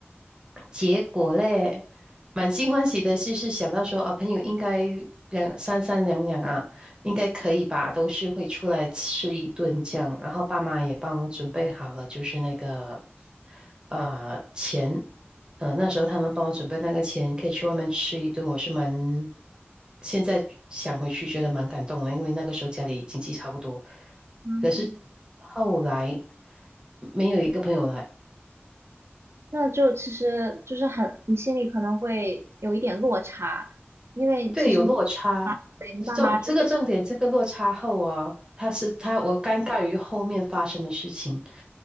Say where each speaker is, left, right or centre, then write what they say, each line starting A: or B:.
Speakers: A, on the right (about 20°); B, on the right (about 75°).
A: 结果嘞，满心欢喜的是是想到说啊，朋友应该两三三两两啊，应该可以吧，都是会出来吃一顿这样。然后爸妈也帮我准备好了，就是那个呃钱，呃那时候他们帮我准备那个钱，可以去外面吃一顿，我是蛮现在想回去觉得蛮感动的，因为那个时候家里经济差不多，
B: 嗯
A: 可是后来没有一个朋友来。
B: 那就其实就是很，你心里可能会有一点落差，因为其实你
A: 对，有落差。
B: 对你爸妈这种，
A: 重这个重点，这个落差后啊，他是他，我尴尬于后面发生的事情，